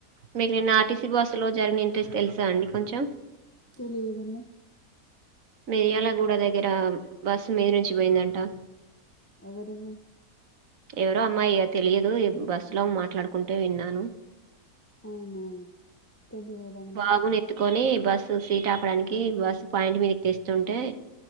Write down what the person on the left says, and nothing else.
తెలియదండి
ఎవరువు
అవునా తెలియదండి